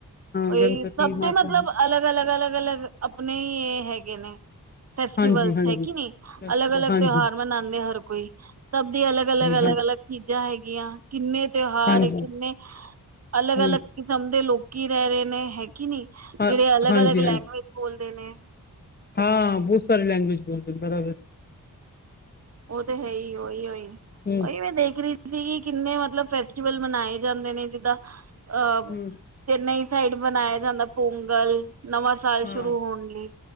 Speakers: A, on the right; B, on the left.
A: ਅਹਿ
B: ਗਣਪਤੀ
A: ਸਭ
B: ਮਾਤਾ
A: ਤੇ ਮਤਲਬ ਅਲੱਗ। ਅਲੱਗ-ਅਲੱਗ-ਅਲੱਗ ਅਪਣੇ ਹੀ ਇਹ ਹੈਗੇ ਨੇ। ਫੈਸਟੀਵਲ
B: ਹਾਂਜੀ ਹਾਂਜੀ
A: ਹੈਕਿ ਨੇੀ,
B: ਹਾਂਜੀ
A: ਅਲੱਗ-ਅਲੱਗ
B: ਹਾਂਜੀ
A: ਤਿਉਹਾਰ ਮਨਾਂਦੇ ਹਰ ਕੋਈ। ਸਭ ਦੀ ਅਲਗ-ਅਲੱਗ-ਅਲੱਗ-ਅਲੱਗ
B: ਹਾਂ
A: ਚੀਜ਼ਾਂ ਹੈਗੀਆਂ, ਕਿੰਨੇ ਤਿਉਹਾਰ
B: ਹਾਂਜੀ
A: ਕਿੰਨੇ। ਅਲਗ-ਅਲੱਗ।
B: ਹੂੰ
A: ਕਿਸਮ ਦੇ ਲੋਕੀ ਰੇਹ ਰਹੇ ਨੇ, ਹੈਕਿ ਨੀ
B: ਹਾਂ
A: ਜਿਹੜੇ ਅਲੱਗ-ਅਲੱਗ
B: ਹਾਂਜੀ
A: ਲੈਂਗੁਏਜ
B: ਹਾਂਜੀ
A: ਬੋਲਦੇ ਨੇ।
B: ਹਾਂ, ਬਹੁਤ ਸਾਰੇ ਲੈਂਗੁਏਜ ਬੋਲਦੇ ਨੇ <inaudible>
A: ਓਹ ਤੇ ਹੈ ਹੀ ਓਹੀ ਓਹੀ,
B: ਹੂੰ
A: ਓਹੀ ਮੈਂ ਦੇਖ ਰਹੀ। ਸੀ ਕਿੰਨੇ ਮਤਲਬ ਫੈਸਟੀਵਲ ਮਨਾਏ ਜਾਂਦੇ ਨੇ ਜਿੱਦਾਂ ਅ।
B: ਹੂੰ
A: ਚੇੱਨਈ ਸਾਈਡ ਬਨਾਇਆ ਜਾਂਦਾ, ਪੋਂਂਗਲ ਨਮਸ। ਸਾਲ
B: ਹਾਂ
A: ਸ਼ੁਰੂ ਹੋਣ ਲਈ,